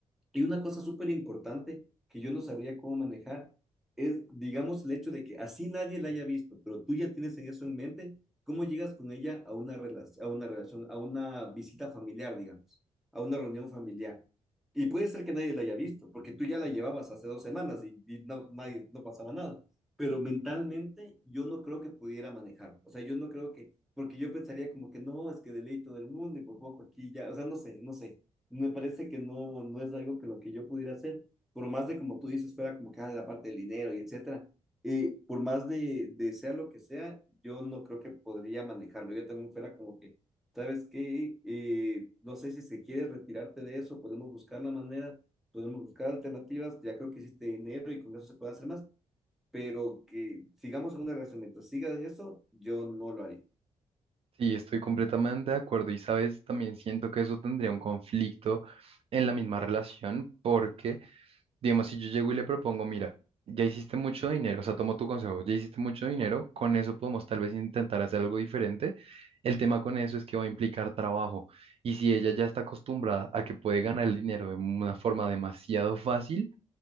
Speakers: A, in the centre; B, on the right (about 50°).
A: Y una cosa súper importante que yo no sabría cómo manejar es, digamos, el hecho de que así nadie la haya visto, pero tú ya tienes en eso en mente, ¿cómo llegas con ella a una relación, a una relación, a una visita familiar, digamos, a una reunión familiar? Y puede ser que nadie la haya visto, porque tú ya la llevabas hace dos semanas y, y no, nadie, no pasaba nada. Pero mentalmente yo no creo que pudiera manejar. O sea, yo no creo que, porque yo pensaría como que no, es que de ley todo el mundo y por poco aquí ya, o sea, no sé, no sé me parece que no, no es algo que lo que yo pudiera hacer, por más de como tú dices, fuera como que ah, la parte del dinero y etcétera, eh, por más de, de sea lo que sea, yo no creo que podría manejarlo, yo también fuera como que, ¿sabes qué? Eh, no sé si se quiere retirarte de eso, podemos buscar la manera, podemos buscar alternativas, ya creo que hiciste dinero y con eso se puede hacer más, pero que sigamos en una relación, mientras sigas en eso, yo no lo haría.
B: Sí, estoy completamente de acuerdo y sabes, también siento que eso tendría un conflicto en la misma relación porque Digamos, si yo llego y le propongo, mira, ya hiciste mucho dinero, o sea, tomo tu consejo, ya hiciste mucho dinero, con eso podemos tal vez intentar hacer algo diferente. El tema con eso es que va a implicar trabajo. Y si ella ya está acostumbrada a que puede ganar el dinero de una forma demasiado fácil,